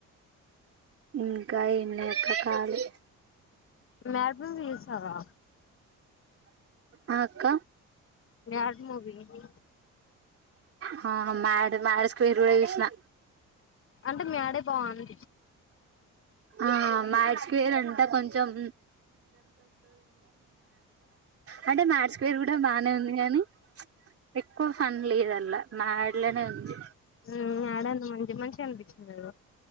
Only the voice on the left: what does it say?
నార్మల్ గా ఏసావా
మ్యాడ్ మూవీ లో
అంటే మ్యాడే బావుంది
ఊ మ్యాడ్ అంతా మంచి మంచిగా అన్పిచ్చింది <inaudible>